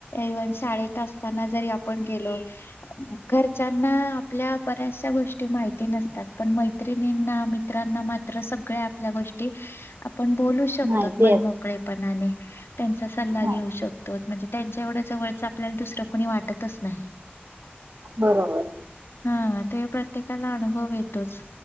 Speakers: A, on the left (about 70°); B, on the right (about 60°).
A: येवन शाळेत असताना जरी आपण गेलो घरच्यांना आप आपल्या बऱ्याचशा गोष्टी माहिती नसतात पण मै त्रिनी ना मित मित्रांना मात्र सगळ्या आपल्या गोष्टी आपण बोलू शकतो
B: माहिती
A: मनमोकळेपणाने.
B: असते
A: त्यांचा सल्ला
B: हा
A: घेऊ शकतोत म्हणजे त्यांच्या एवढ्या जवळ त आपल्याला दुसरं कोणी वाटतच नाही.
B: बरोबर.
A: हा ते प्रत्येकाला अनुभव येतोच.